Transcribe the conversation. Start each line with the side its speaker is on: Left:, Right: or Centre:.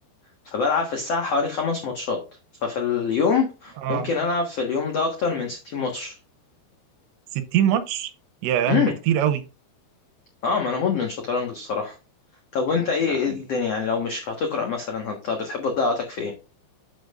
Left: فبلعب في الساعة حوالي خمس ماتشات ففي اليوم
Right: اه
Left: ممكن ألعب في اليوم ده أكتر من ستين ماتش
Right: 60 ماتش ياه
Left: امم
Right: ده كتير قوي
Left: اه ما أنا مدمن شطرنج الصراحة طب وأنت إيه
Right: لا
Left: إيه الدنيا يعني لو مش هتقرأ مثلا هت- بتحب تضيع وقتك في إيه؟